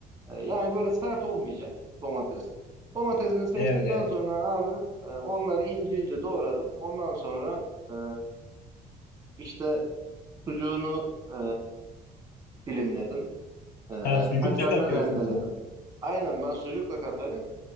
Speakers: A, on the right; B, on the left.
A: E, yani böyle sert olmayacak domates. Domatesini seçtikten
B: evet evet.
A: sonra abi e, onları ince ince doğradın. Ondan sonra e, işte sucuğunu e, dilimledin. Ee,
B: Ha sucuk
A: kaşarını
B: da katıyorsun
A: rendeledim.
B: sen.
A: Aynen ben sucukla katarım.